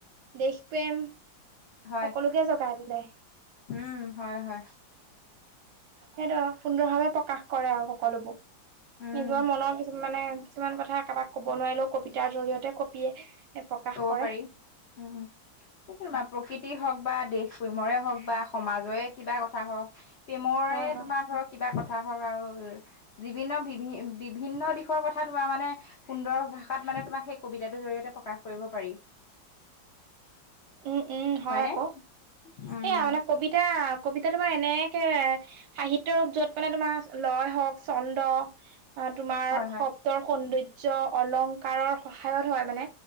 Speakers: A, on the right; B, on the left.
A: দেশপ্ৰেম।
B: হয়
A: সকলোকে জগাই দিলে।
B: উম, হয় হয়
A: সেইটো সুন্দৰ ভাৱে প্ৰকাশ কৰে আৰু সকলোবোৰ।
B: উম।
A: নিজৰ মনৰ কিছু মানে কিছুমান কথা কাৰোবাক ক'ব নোৱাৰিলেও কবিতাৰ জৰিয়তে কবিয়ে। প্ৰকাশ
B: ক'ব
A: কৰে
B: পাৰি উম, উম। বা প্ৰকৃতি হওঁক বা দেশ প্ৰেমৰে হওঁক বা সমাজৰে কিবা কথা হওঁক। প্ৰেমৰে
A: হয় হয়
B: তোমাৰ ধৰক কিবা কথা হওঁক আৰু বিভিন্ন বিভি বিভিন্ন দিশৰ কথা তোমাৰ মানে সুন্দৰ ভাষাত মানে তোমাৰ সেই কবিতাটোৰ জৰিয়তে প্ৰকাশ কৰিব পাৰি।
A: উম, উম, হয়
B: হয়নে
A: আকৌ
B: উম
A: সেইয়া মানে কবিত এতিয়া কবিতা তোমাৰ এনেকে সাহিত্য ৰূপ য'ত মানে তোমাৰ। লয় হওঁক চন্দ তোমাৰ
B: হয় হয়
A: শব্দৰ সৌন্দৰ্য অলং কাৰৰ সহায়ত হয় মানে